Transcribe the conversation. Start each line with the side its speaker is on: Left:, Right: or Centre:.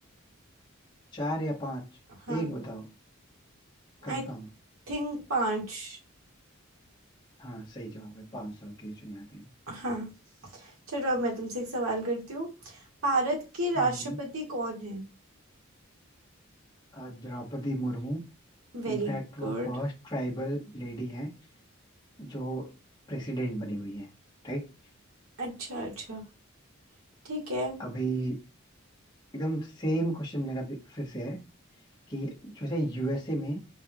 Left: चार या पांच
Right: हाँ
Left: एक बताओ कंफर्म
Right: आई थिंक पांच
Left: हाँ सही जवाब है पांच साल के लिए चुने जाते हैं
Right: हाँ चलो अब मैं तुमसे एक सवाल करती हूँ भारत के राष्ट्रपति
Left: हम्म,
Right: कौन है
Left: अ, द्रौपदी मुर्मू
Right: Very
Left: इनफैक्ट वो
Right: good
Left: फर्स्ट ट्राइबल लेडी है जो प्रेसिडेंट बनी हुई है राइट
Right: अच्छा अच्छा ठीक है
Left: अभी एकदम सेम क्वेश्चन मेरा भी फिर से है कि जैसे यूएसए में